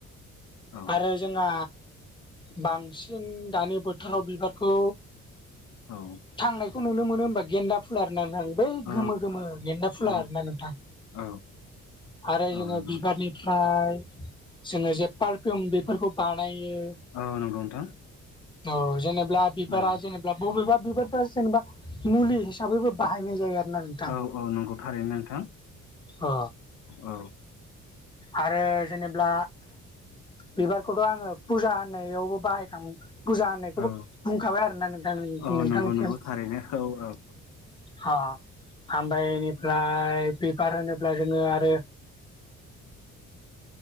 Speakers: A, on the left (about 70°); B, on the left (about 15°).
A: औ
B: आरो जोंहा बांसिन दानि बोथोराव बिबारखौ
A: औ
B: थांनायखौ नुनो मोनो हबा गेन्दा फुलार होननानै आं बै
A: औ
B: गोमो गोमो गेन्दा फुला
A: औ
B: होननानै
A: औ
B: आरो
A: औ
B: जोङो
A: नंगौ
B: बिबारनि ओमफ्राय जोङो जे पारफिउम बेफोरखौ बानायो
A: औ नंगौ नोंथां
B: औ जेनेबा बिबारा
A: औ
B: जेने बबेबा बिबारफ जेनेबा मुलि हिसाबैबो बाहायनाय जायो आरो ना
A: औ औ नंगौ थारैनो नोंथां
B: अ
A: औ
B: आरो जेनेबा बिबारखौथ' आङो फुजा होननायावबो बाहायखामो फुजा होननायखौबो
A: औ
B: बुंखाबाय आरो ना नोंथां
A: औ
B: नोंथांसिम
A: नंगौ नंगौ थारैनो औ औ
B: अ ओमफ्राय बेनिफ्राय बिबार होनोब्ला जोङो आरो